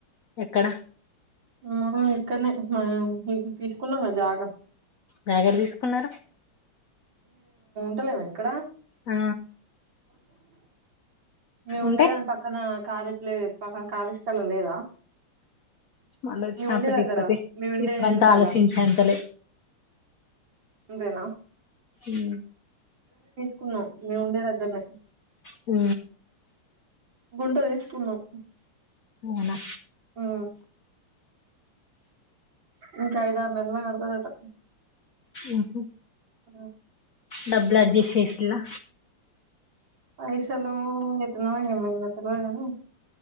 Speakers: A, on the left; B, on the right.
A: ఎక్కడ
B: ఆ ఇక్కడనే మనం తీసుకున్నాం కద జాగ
A: నాకెడ తీసుకున్నారు
B: టులేవ ఇక్కడ
A: ఆ
B: మేము
A: ఉంటే
B: ఉండే దాని పక్కన కాలిప్లే పక్క కాళీ స్థలం లేదా
A: ఆలోచన
B: మేము ఉండే
A: అప్పటి
B: దగ్గర
A: ఇప్పటి
B: మేము ఉండే
A: ఇప్పుడంతా
B: వెనకాల
A: ఆలోచించేంతలే
B: అంతేనా
A: హూ
B: కున్నా నీ ఉండే దగ్గరనే
A: ఊ
B: గుంట వేస్తున్నం
A: అవునా
B: ఆ ఇంకా ఐద ఆరు నెల కడదట
A: ఓహో
B: అ
A: డబ్బుల్ అడ్జస్ట్ చేసిలా
B: పైసలు ఎట్టనో ఏం చెత్తాడో ఏమో